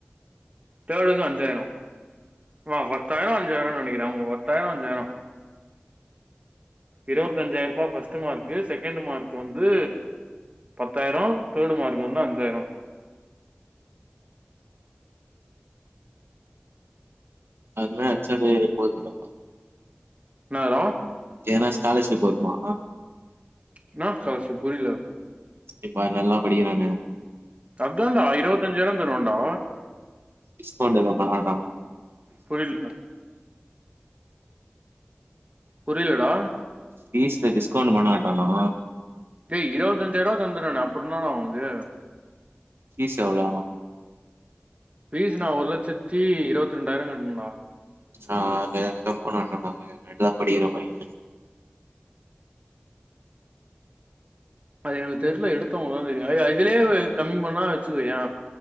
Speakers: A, on the right; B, on the right.
A: தேர்ட்க்கு அஞ்சாயிரோ ஆமா பத்தாயிரோ அஞ்சாயிரோன்னு நெனைக்கிறே அவுங்க பத்தாயிரோ அஞ்சாயிரோ இருவத்தஞ்சாயிர் ரூபாய் ஃபர்ஸ்ட்டு மார்க்கு செகண்ட் மார்க் வந்து பத்தாயிரோ தேர்ட் மார்க் வந்து அஞ்சாயிரோ
B: அதுவுமே அட்ச்சான்டே இது போதுன்டா
A: என்னதுரா
B: எதன்னா ஸ்காலர்ஷிப் வருமா
A: என்ன ஸ்காலர்ஷிப் புரியில
B: இப்பா நல்லா படிக்கிறானு
A: அதான்டா இருவத்தஞ்சாயிரோ தருவாண்டா
B: டிஸ்கவுண்ட் எதாது பண்ணுவான்டா
A: புரியில புரியிலடா
B: பீஸ்ல டிஸ்கவுண்ட்டு பண்ண மாட்டானா
A: டேய் இருபத்தஞ்சாயிர் ரூபா தந்துர்றானே அப்பறோ என்னடா உனக்கு
B: பீஸ் எவ்ளோ
A: ஃபீஸ் நா ஒரு லட்சத்தி இருவத் ரெண்டாயிரோ கட்டணுன்டா
B: ஆ இத எங்க கம்பன்ன வேண்டான்டா அவே நல்லா படிக்கிற பையே
A: அது எனக்கு தெர்ல எடுத்தவுங்களுக்குதா தெரியு ஏ இதுலயே கம்மி பண்ணா வச்சுக்கோயே